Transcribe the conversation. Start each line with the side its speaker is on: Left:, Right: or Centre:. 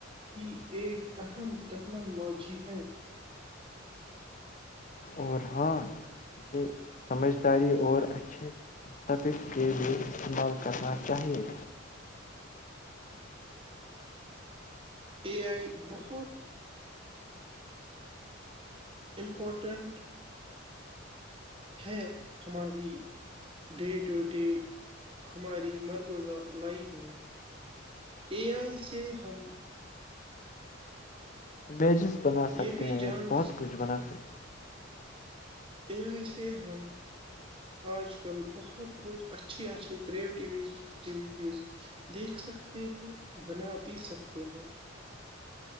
Right: کی ایک اہم ٹیکنالوجی ہے
Left: اور ہاں اسے سمجھداری اور اچھے مستفق کے لئے استعمال کرنا چاہیے
Right: اے آئی بہت امپورٹنٹ ہے ہماری ڈے ٹو ڈے ہماری مرکوزہ لائف میں اے آئی سے ہم
Left: ب ج <inaudible> بنا سکتے
Right: یہ بھی
Left: ہیں
Right: جان
Left: بہت کچھ بنا سک
Right: <unintelligible>